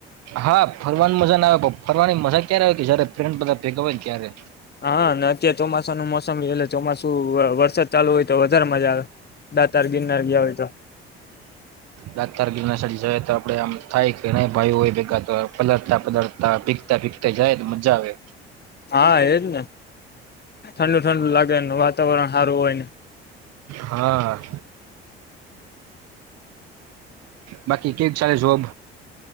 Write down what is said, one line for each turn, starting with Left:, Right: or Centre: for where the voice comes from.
Right: હા, ફરવાની મજા ના આવે ફરવાની મજા ક્યારે આવે કે જયારે ફ બધા ભેગ હોયને ત્યારે.
Left: હા, ને અત્યારે ચોમાસાનું મોસમ એટલે ચોમાસું વરસાદ ચાલુ હોય તો વધારે મજા આવે. દા તાર ગિરનાર ગયા હોય તો.
Right: લાર ગીર જ તો આપડે આમ થાય કે ન ભાઈ હોય. એકા તો પલળતા પલળતા ભીગતા ભીગતા જાય તો મજા આવે.
Left: હા એજ ને ઠંડુ ઠંડુ લાગે છે ને વાતાવરણ હારું હોય ને.
Right: હા. બાકી કેક ચાલે જોબ?